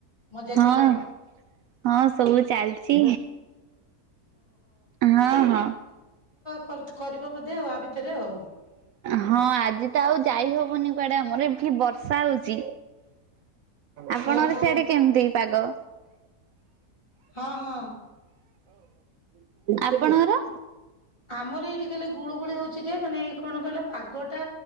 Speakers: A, on the left; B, on the right.
A: ମଜା
B: ହଁ।
A: କଲ?
B: ହଁ ସବୁ ଚାଲିଚି ହଁ ହଁ।
A: କର୍ତ କରିବ ବୋଧେ ଆଉ ଆ ଭିତରେ ଆଉ?
B: ହଁ ଆଜି ତ ଆଉ ଯାଇ ହବନି କୁଆଡେ ଆମର ଏଠି ବର୍ଷା ହଉଚି। ଆପଣଙ୍କର
A: ଓହୋ
B: ସିଆଡେ କେମିତି ପାଗ?
A: ହଁ ହଁ
B: ଆପଣଙ୍କର?
A: ଆମର ଏଇଠି କହିଲେ ଗୁଳୁଗୁଳି ହଉଚି ଯେ ମାନେ କଣ କହିଲ ପାଗଟା